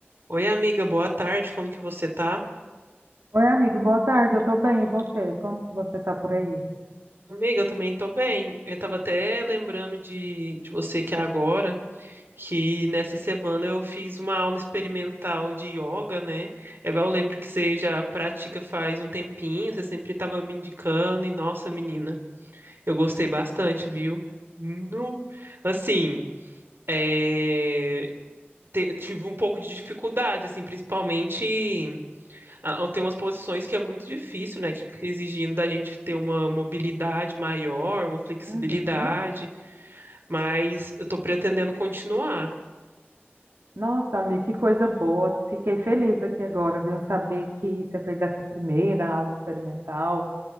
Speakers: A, on the right (about 60°); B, on the right (about 80°).
A: Oi, amiga, boa tarde, como que você tá?
B: Oi, amigo, boa tarde. Eu tô bem, e você? Como que você tá por aí?
A: Amiga, eu também tô bem. Eu tava até lembrando de, de você que é agora, que nessa semana eu fiz uma aula experimental de yoga, né? Eva, Eu lembro que você já pratica faz um tempinho, você sempre tava me indicando, e nossa, menina, eu gostei bastante, viu? Nu. Assim, é, te- tive um pouco de dificuldade, assim, principalmente. Ah, ah, Tem umas posições que é muito difícil, né? Que fica exigindo da gente ter uma mobilidade maior, uma flexibilidade,
B: Uhum.
A: mas eu tô pretendendo continuar.
B: Nossa, amigo, que coisa boa. Fiquei feliz aqui agora, viu, em saber que você fez essa primeira aula experimental.